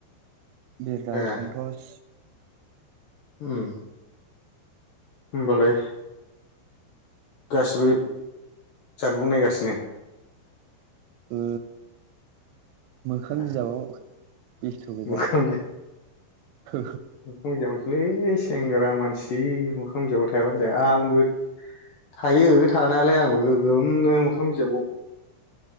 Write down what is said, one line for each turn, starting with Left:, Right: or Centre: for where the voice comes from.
Right: बिरदव
Left: ए
Right: सन्तस
Left: उम होमबालाय गासिबो जानबुं नायगासिनो।
Right: ओ मोखां
Left: ए
Right: बिजाबाव बेस्थ' गोजा
Left: मोखां
Right: औ
Left: बिजाब लै सेंग्रा मानसि मो खां बिजाबाव थायाबानो
Right: उम
Left: जाया आंबो थायो थानायालाय आंबो गोगोमनो मोखां बिजाबाव।